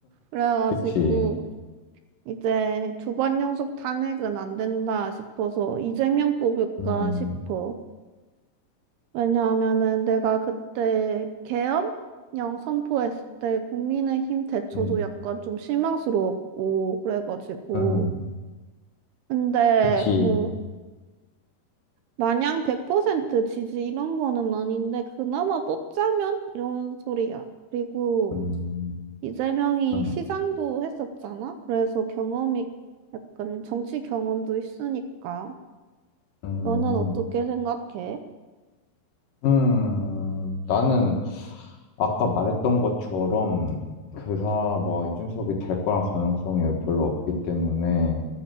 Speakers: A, on the right (about 75°); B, on the left (about 60°).
A: 그래가지고,
B: 그치.
A: 이제 두 번 연속 탄핵은 안 된다 싶어서 이재명 뽑을까
B: 음,
A: 싶어. 왜냐하면은 내가 그때 계엄령 선포했을 때 국민의힘 대처도
B: 음,
A: 약간 좀 실망스러웠고 그래가지고
B: 음,
A: 근데
B: 그치.
A: 뭐 마냥 100% 지지 이런 거는 아닌데 그나마 뽑자면 이런 소리야. 그리고
B: 음,
A: 이재명이
B: 음,
A: 시장도 했었잖아. 그래서 경험이 약간 정치 경험도 있으니까
B: 음.
A: 너는 어떻게 생각해?
B: 음, 나는 아까 말했던 것처럼 그사 뭐 이준석이 될 거란 가능성이 별로 없기 때문에